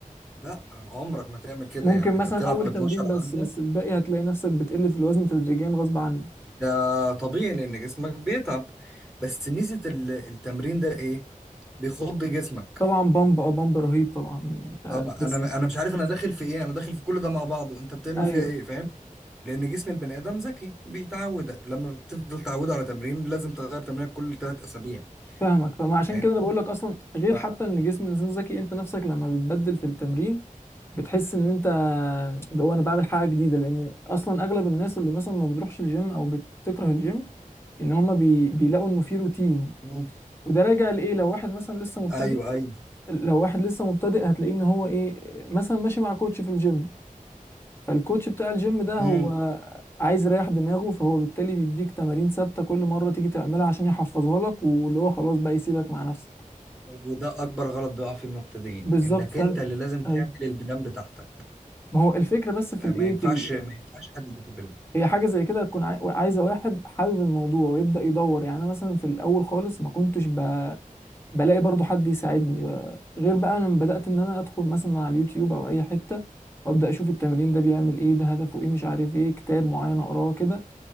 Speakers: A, in the centre; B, on the left (about 15°).
A: لا عمرك ما تعمل كده
B: ممكن
A: يعني انت
B: مثلا
A: بتلعب
B: اول تمرين
A: 12
B: بس
A: عدة
B: بس الباقي هتلاقي نفسك بتقل في الوزن تدريجيا غصب عنك
A: ده طبيعي لان جسمك بيتعب بس ميزة ال- التمرين ده ايه بيخض جسمك
B: طبعا بامب اه بامب رهيب طبعا يعني انت
A: اه ما
B: لسه
A: انا انا مش عارف انا داخل في ايه انا داخل في كل ده مع بعضه انت بتعمل
B: ايوه
A: فيها ايه فاهم لان جسم البني ادم ذكي بيتعود لما بتفضل تعوده على تمرين لازم تغير تمرينك كل ثلاث اسابيع
B: فاهمك فما عشان
A: فاهم
B: كده انا بقول لك اصلا غير
A: ف...
B: حتى ان جسم الانسان ذكي انت نفسك لما بتبدل في التمرين بتحس ان انت اللي هو انا بعمل حاجه جديده لان اصلا اغلب الناس اللي مثلا ما بتروحش الجيم او بتكره الجيم ان هما بي... بيلاقوا انه في روتين
A: مم.
B: وده راجع لايه لو واحد مثلا لسه مبتدئ
A: ايوه ايوه
B: لو واحد لسه مبتدئ هتلاقيه ان هو ايه مثلا ماشي مع كوتش في الجيم فالكوتش بتاع الجيم ده هو
A: مم.
B: عايز يريح دماغه فهو بالتالي بيديك تمارين ثابته كل مره تيجي تعملها عشان يحفظها لك واللي هو خلاص بقى يسيبك مع نفسك
A: وده اكبر غلط بيقع في المبتدئين
B: بالظبط
A: انك
B: فانت
A: انت اللي لازم تعمل
B: ايوه
A: البلان بتاعتك
B: ما هو الفكره بس في
A: آه،
B: الايه
A: ما ينفعش
B: في ال...
A: ما ينفعش حد يديك البلان
B: هي حاجه زي كده تكون عاي- عايزه واحد حابب الموضوع ويبدا يدور يعني انا مثلا في الاول خالص ما كنتش ب... بلاقي برضو حد يساعدني ب... غير بقى لما بدات ان انا ادخل مثلا على اليوتيوب او اي حته وابدا اشوف التمرين ده بيعمل ايه ده هدفه ايه مش عارف ايه كتاب معين اقراه كده